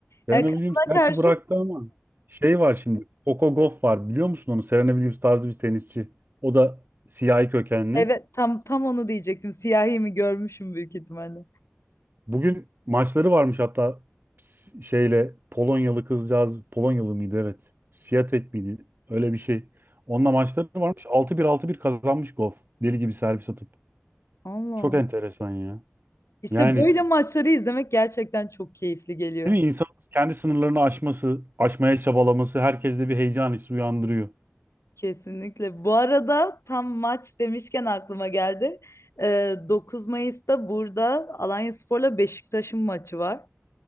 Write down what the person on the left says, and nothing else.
E, kadına
karşı
Evet tam tam onu diyecektim. Siyahi mi görmüşüm büyük ihtimalle.
Allah
Allah.
İşte
böyle maçları izlemek gerçekten çok keyifli geliyor.
Kesinlikle. Bu arada tam maç demişken aklıma geldi. Ee, 9 Mayıs'ta burada Alanyaspor'la Beşiktaş'ın maçı var.